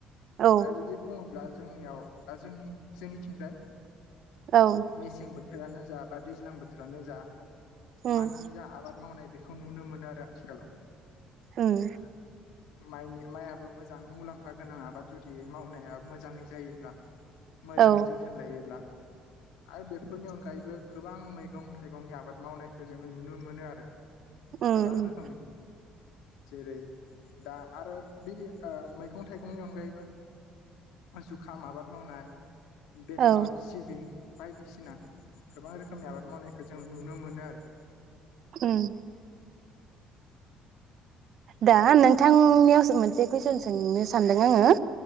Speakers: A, on the right; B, on the left.
A: औ
B: दा बिदि बुङोब्ला जोंनियाव दा जोंनि जोंनिथिंजाय
A: औ
B: मेसें बोथोरानो जा बा दैज्लां बोथोरानो जा
A: उम
B: माइनि जा आबाद मावनाय बे खौ नुनो मोनो आरो आथिखालाव
A: उम
B: जा माइ माइआबो मोजां मुलाम्फा गोनां आबाद जुदि मावनाया मोजाङै जायोब्ला मोजाङै
A: औ
B: जोथोन लायोब्ला आरो बेफोरनि अनगायैबो गोबां मै गं थाइगंनि आबाद मावनायखौ जोङो नुनो मोनो आरो
A: उम
B: गोबां
A: उम
B: रोखोमनि जेरै दा आरो बे ओ मैगं थाइगंनि अनगायैबो जुखाम आबाद मावनाय बेसर
A: औ
B: सिबिं बायदिसिना गोबां रोखोमनि आबाद मावनायखौ जोङो नुनो मोनो आरो
A: उम दा नोंथांनियावसो मोनसे कुइसन सोंनो सानदों आङो